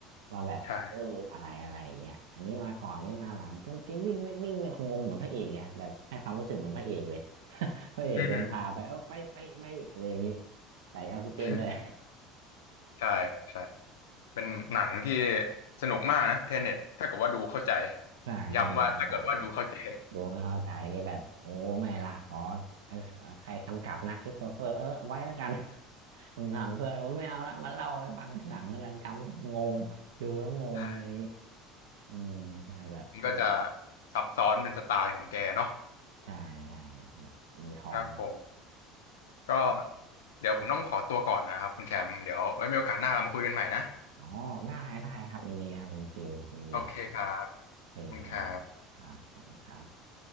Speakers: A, on the right; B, on the left.
A: ว่าแบบเอออะไรอะไรอย่างเงี้ยอันนี้มาก่อนนี่มาหลังเต็มเต็มวิ่งไม่วิ่งไม่คงงเหมือนพระเอกอะแบบให้ความรู้สึกเหมือนพระเอกเลย
B: ใช่
A: <laughs> พระเอกโดนพาไปเออไปไปไปอะไรอย่างงี้
B: อืม
A: ใส่ออกซิเจนด้วย
B: <laughs> ใช่ครับใช่เป็นหนังที่สนุกมากนะเทเน็ตถ้าเกิดว่าดูเข้าใจ
A: <laughs> ใช่ให้ดูใจาย
B: ย้ำว่าถ้าเกิดว่าดูเข้าใจ
A: ดูไม่เข้าใจนี่แบบโอ้ไม่ละขออันใครคำกลับนะคริสโตเฟอร์เออไว้แล้วกัน <laughs> ผมถามเพื่อนผมไม่เอาละมาเล่าให้ฟังทีหลังแล้วกันจำไม่งงดูแล้วงงอะไรนี้
B: <laughs> อ่
A: อืมใช่แบบเออ
B: มันก็จะซับซ้อนเป็นสไตล์ของแกเนาะ
A: ใช่ใช่แบบมือทอง
B: ครับผมก็เดี๋ยวผมต้องขอตัวก่อนนะครับคุณแชมป์เดี๋ยวไว้มีโอกาสหน้าเรามาคุยกันใหม่นะ
A: อ๋อได้ได้ครับยินดีครับคุณฟิลยินดีครับ
B: โอเคครับ
A: โอเคครับครับขอบคุณครับ
B: ขอบคุณครับ